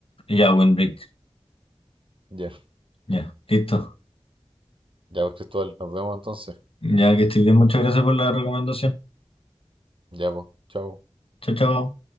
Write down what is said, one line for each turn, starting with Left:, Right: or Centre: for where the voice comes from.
Left: Ya, buen break,
Right: Ya,
Left: ya, listo.
Right: ya, pues, Cristóbal, nos vemos entonces.
Left: Ya que estoy bien, muchas gracias por la recomendación.
Right: Ya, pues, chao.
Left: Chao, chao.